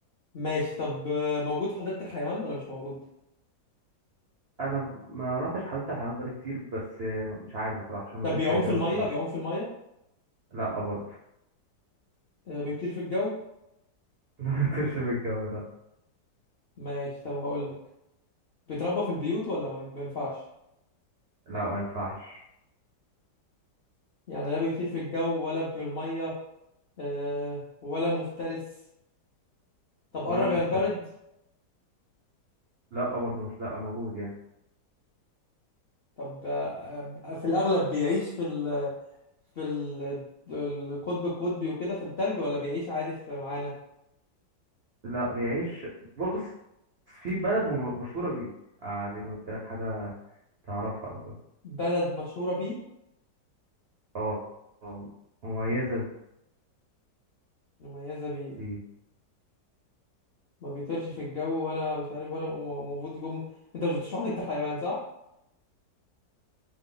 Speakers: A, on the left; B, on the right.
A: ماشي طب آه، موجود في حديقة الحيوان ولا مش موجود
B: انا ب- ما رحتش حديقه الحيوانات بقالي كتير بس مش عارف بصراحه عشان ما
A: طب
B: ادكش
A: بيعوم
B: اجابه
A: في المية
B: بصراحه
A: بيعوم في المية
B: لا برضه
A: آه، بيطير في الجو
B: <laughs> ما بيطيرش في الجو لا
A: ماشي طب هقولك بيتربى في البيوت ولا ما ما ينفعش
B: لا ما ينفعش
A: يعني لا بيطير في الجو ولا في المية آه، ولا مفترس طب
B: ولا
A: قرب
B: مفترس
A: ينقرض
B: لا برضه مش لا موجود يعني
A: طب آه، آه، في الأغلب بيعيش في ال في ال القطب القطبي وكده في التلج ولا بيعيش عادي في معانا
B: لا بيعيش بص في بلد م- مشهوره بيه آه دي أنا قلت لك حاجه تعرفها على طول
A: بلد مشهورة بيه
B: اه آه، مميزه
A: مميزة بيه
B: بيه
A: ما بيطيرش في الجو ولا مش عارف ولا م- المفروض يكون انت مش بتشرح لي انت حيوان صح؟